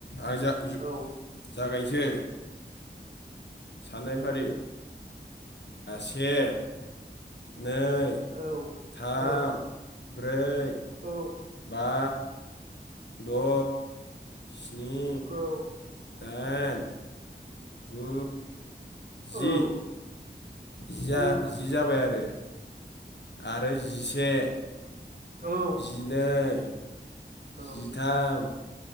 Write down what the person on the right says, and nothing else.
औ
औ
औ
औ
औ
औ
औ
औ
औ